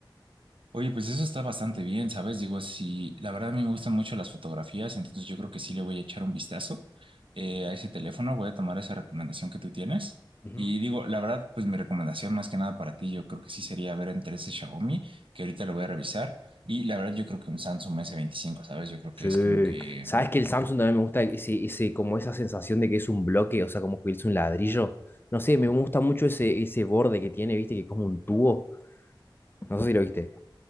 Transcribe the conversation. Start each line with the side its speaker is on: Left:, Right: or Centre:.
Right: Oye, pues eso está bastante bien, ¿sabes? Digo, si la verdad a mí me gustan mucho las fotografías, entonces yo creo que sí le voy a echar un vistazo eh, a
Left: Ujú.
Right: ese teléfono, voy a tomar esa recomendación que tú tienes.
Left: Ujú.
Right: Y digo, la verdad, pues mi recomendación más que nada para ti, yo creo que sí sería ver entre ese Xiaomi, que ahorita lo voy a revisar, y la verdad yo creo que un Samsung S25, ¿sabes? Yo creo que
Left: Sí.
Right: es como que
Left: ¿Sabes que el Samsung también me gusta ese, ese, como esa sensación de que es un bloque, o sea, como que es un ladrillo? No sé, me gusta mucho ese, ese borde que tiene, viste, que es como un tubo. No sé si lo viste.